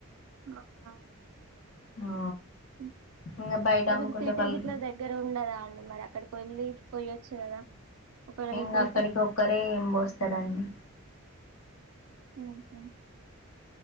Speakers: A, on the right; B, on the left.
A: అ ఆ
B: ఆ
A: ఉ
B: ఇంగ బయట
A: అంటే
B: అమ్ముకుంటే
A: మీకు సిటీక
B: వాళ్ళు
A: ఇట్ల దగ్గర ఉండదా అండి మరి అక్కడికి వెళ్ళి పోయొచ్ చ్చు కదా ఒకవేళ
B: ఇంక
A: మీకుంటే
B: అక్కడికి ఒక్కరే ఏం పోస్తరని
A: ఉహు